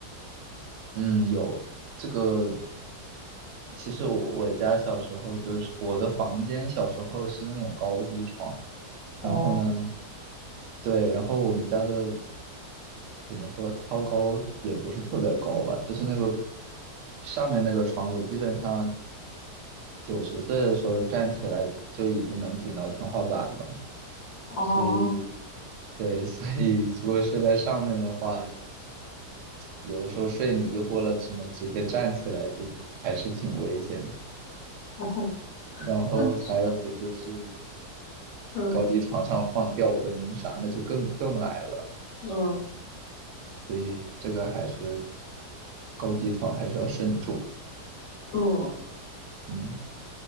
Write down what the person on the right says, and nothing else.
嗯，有这个其实我我家小时候就是我的房间，小时候是那种高低床，
然后呢，对，然后我们家的怎么说，挑高也不是特别高吧，就是那个上面那个床，我基本上九十岁的时候站起来就已经能顶到天花板了，
所以对，<laughs> 所以如果睡在上面的话，有的时候睡迷糊了，什么直接站起来就还是挺危险的
然后还有的就是
高低床上放吊灯啥，那就更更矮了。
所以这个还是高低床还是要慎重。
嗯，